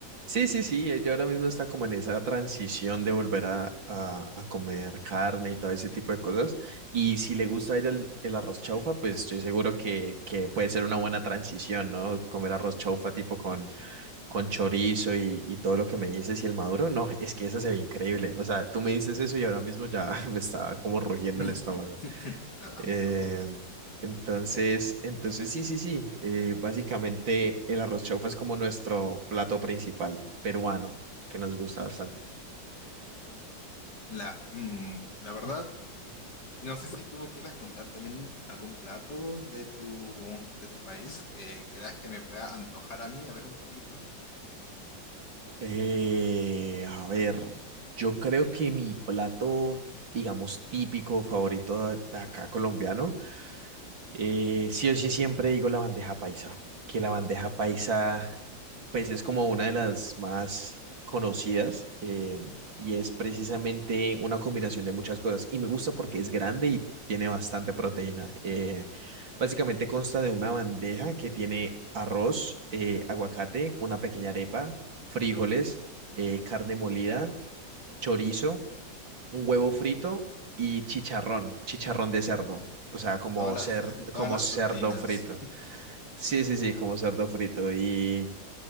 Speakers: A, on the right; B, on the left.
A: Sí, sí, sí, ella ahora mismo está como en esa transición de volver a, a- a comer carne y todo ese tipo de cosas. Y si le gusta a ella el, el arroz chaufa, pues estoy seguro que, que puede ser una buena transición, ¿no? Comer arroz chaufa tipo con, con chorizo y, y todo lo que me dices y el maduro, no, es que esa se ve increíble. O sea, tú me dices eso y ahora mismo ya <laughs> me está como rugiendo
B: <laughs>
A: el estómago.
B: A
A: Eh,
B: mí también.
A: entonces, entonces sí, sí, sí. eh, básicamente el arroz chaufa es como nuestro plato principal peruano, que nos gusta bastante.
B: La, mm, la verdad, no sé si tú me quieras contar también algún plato de tu, de tu país que creas que me pueda antojar a mí, a ver un poquito.
A: Eh, a ver, yo creo que mi plato, digamos, típico favorito de de acá colombiano Eh, sí o sí siempre digo la bandeja paisa, que la bandeja paisa pues es como una de las más conocidas eh, y es precisamente una combinación de muchas cosas y me gusta porque es grande y tiene bastante proteína. Eh, básicamente consta de una bandeja que tiene arroz, eh, aguacate, una pequeña arepa, frijoles, eh, carne molida, chorizo un huevo frito y chicharrón, chicharrón de cerdo. O sea, como
B: Todas las,
A: cer-
B: <laughs> todas
A: como
B: las
A: cerdo
B: proteínas.
A: frito. Sí, sí, sí, como cerdo frito. Y,